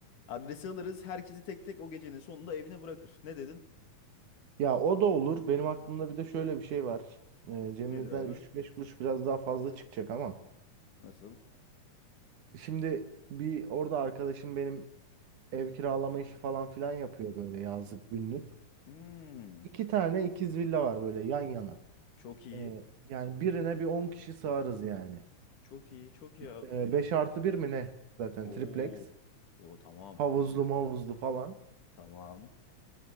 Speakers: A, on the left (about 80°); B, on the right (about 75°).
A: Adresi alırız. Herkesi tek tek o gecenin sonunda evine bırakır. Ne dedin?
B: Ya o da olur. Benim aklımda bir de şöyle bir şey var. E, cebimizden
A: Nedir abi?
B: 3-5 kuruş biraz daha fazla çıkacak ama.
A: Nasıl?
B: e, şimdi bir orada arkadaşım benim ev kiralama işi falan filan yapıyor böyle yazlık günlük.
A: Hmm,
B: İki tane ikiz villa var böyle yan yana.
A: çok iyi.
B: E, yani birine bir 10 kişi sığarız yani.
A: Çok iyi. Çok iyi abi.
B: E, 5 artı bir mi ne? Zaten
A: Oo.
B: triplex.
A: Oo tamam.
B: Havuzlu mavuzlu falan.
A: Tamam.